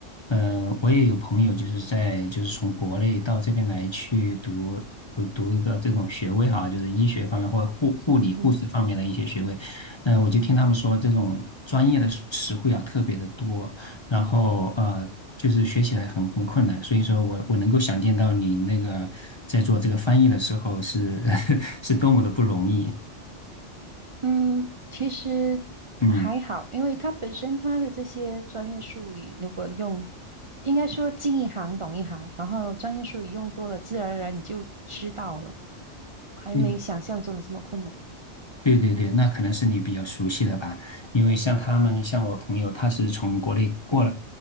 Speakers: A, on the left; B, on the right.
A: 呃，我也有朋友就是在就是从国内到这边来去读我读一个这种学位哈，就是医学方面或者护护理护士方面的一些学位。
B: 嗯
A: 嗯、我就听他们说这种专业的词词汇啊特别的多，然后呃就是学起来很很困难。所以说我我能够想见到你那个在做这个翻译的时候是 <laughs> 是多么的不容易。
B: 嗯，其实还好，
A: 嗯。
B: 因为它本身它的这些专业术语，如果用，应该说进一行懂一行，然后专业术语用多了，自然而然你就知道了，还没想象中的这么困难。
A: 对。对对对，那可能是你比较熟悉的吧，因为像他们，像我朋友，他是从国内过来